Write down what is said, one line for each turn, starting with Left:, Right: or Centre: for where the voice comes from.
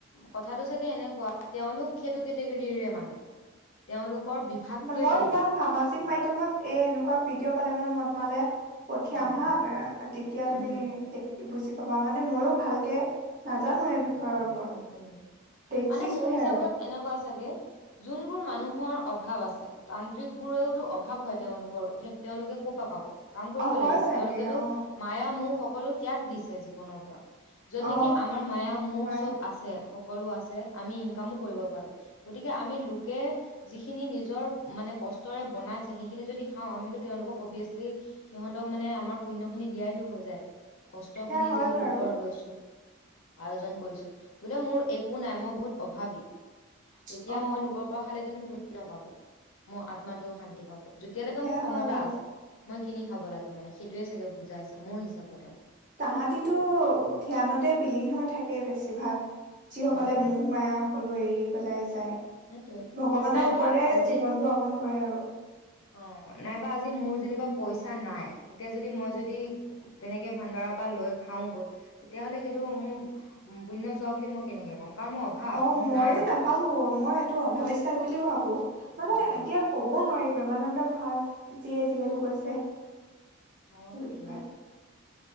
Left: কথাটো চাগে এনেকুৱা তেওঁলোক সেইটো কেটেগীৰীৰে মানুহ তেওঁলোকৰ বিভাগটোৱে
Right: মই
Left: সেইটো
Right: তোমাৰ সামাজিক মাধ্যমত এ এনেকুৱা ভিডিঅ' পালে মানে মই তোমালে পঠিয়াম
Left: অ',
Right: হা
Left: অ',
Right: তেতিয়া তুমি
Left: উম,
Right: বুজি পাবা মানে মইয়ো ভালকে নাজানো বিষয়ৰ ওপৰত
Left: উম উম
Right: দেখিছোহে
Left: মানে মোৰ হিচাপত
Right: আৰু
Left: এনেকুৱা আছে চাগে যোনবোৰ মানুহৰ অভাৱ আছে তান্ত্ৰিক বোৰেওতো অভাৱ হয় তেওঁলোকৰ সেই তেওঁলোকে ক'ৰ পৰা পাব কাম কৰিব
Right: অ হয়
Left: লাগিব
Right: চাগে
Left: তেওঁলোকেতো
Right: অ
Left: মায়া মোহ সকলো ত্যাগ দিছে জীৱনৰ য'ত
Right: অ
Left: নেকি আমাৰ মায়া মোহ
Right: হয়
Left: চব আছে সকলো আছে আমি ইনকামো কৰিব পাৰো গতিকে আমি লোকে যিখিনি নিজৰ মানে কষ্টৰে বনাইছে সেইখিনি যদি খাওঁ আমিতো তেওঁলোকক অভিয়াচলি সিহঁতক মানে আমাৰ পুণ্য খিনি দিয়াই টো হৈ যায় কষ্ট
Right: সেয়া
Left: খিনি
Right: হয়
Left: যিহেতু
Right: বাৰু
Left: লোকৰ লৈছো আয়োজন কৰিছো বোলে মোৰ একো নাই মই বহুত অভাৱী তেতিয়া
Right: অ
Left: মই লোকৰ পৰা খালে কিন্তু পুণ্য পাম মোৰ আত্মাটো শান্তি পাব যেতিয়ালৈকে
Right: সেয়া
Left: মোৰ ক্ষমতা
Right: হয় বাৰু
Left: আছে মই কিনি খাব লাগে মানে সেইটোয়ে চাগে বুজাইছে মোৰ হিচাপত আৰু
Right: তাহাঁতিতো ধ্যানতে বিলীন হৈ থাকে বেছিভাগ যি সকলে
Left: উম উম
Right: মূহ মায়া সকলো এৰি পেলাই যায়।
Left: সেইটোয়ে
Right: ভগৱানৰ
Left: নাইবা
Right: ওপৰতে
Left: আজি
Right: জীৱনটো অৰ্পন কৰে আৰু
Left: অ নাইবা আজি মোৰ যেনিবা পইচা নাই তেতিয়া যদি মই যদি তেনেকে ভাডাৰাৰ পৰা লৈ খাওগৈ তেতিয়াহ'লে সেইটো মোৰ পুণ্য যোৱা বুলি মই কেনেকে কম, কাৰণ মোৰ অভাৱ
Right: অ
Left: মোৰ
Right: ময়ো
Left: নাই আজি
Right: নাভাবো
Left: পইচা
Right: মই এইটো অন্ধবিশ্বাস বুলি ভাবো মানে
Left: উম উম
Right: এতিয়া কবও নোৱাৰি প্ৰেমানন্দ ভাৰজীয়ে যিহেতু কৈছে।
Left: হয়
Right: বিষয়ে
Left: দিয়া।